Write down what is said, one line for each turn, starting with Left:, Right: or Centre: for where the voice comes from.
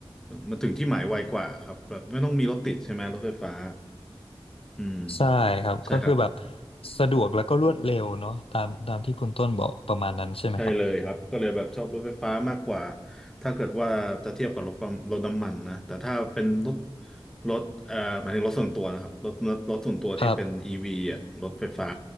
Centre: มันถึงที่หมายไวกว่าครับแบบไม่ต้องมีรถติดใช่ไหมรถไฟฟ้าอืม
Left: ใช่ครับก็คือแบบ
Centre: ใช่ครับ
Left: สะดวกแล้วก็รวดเร็วเนาะตามตามที่คุณต้นบอกประมาณนั้นใช่ไหมครับ
Centre: ใช่เลยครับก็เลยแบบชอบรถไฟฟ้ามากกว่าถ้าเกิดว่าจะเทียบกับรถปั๊มรถน้ำมันนะแต่ถ้าเป็นรถรถเอ่อหมายถึงรถส่วนตัวนะครับรถรถรถส่วนตัวที่เป็น
Left: ครับ
Centre: EV อ่ะรถไฟฟ้า